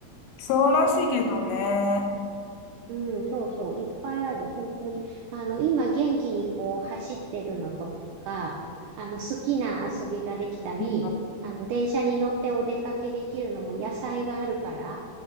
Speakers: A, on the left; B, on the right.
A: そうらしいけどね。
B: うん、そうそう、いっぱいある、本当に。あの、今元気にこう走ってるのとか、あの、好きな遊びができたり、
A: うん、
B: あの、電車に乗ってお出かけできるのも野菜があるから、